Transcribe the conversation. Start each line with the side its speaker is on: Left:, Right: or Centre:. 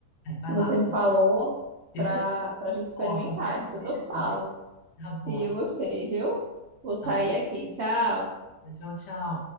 Left: Aí vai
Right: que você
Left: lá.
Right: me falou
Left: Depois
Right: para
Left: tem
Right: para a gente experimentar.
Left: foto, eu quero
Right: Depois
Left: ver
Right: eu
Left: depois.
Right: falo
Left: Tá
Right: se
Left: bom.
Right: eu gostei, viu? Vou sair
Left: tá?
Right: aqui. Tchau.
Left: Tchau, tchau.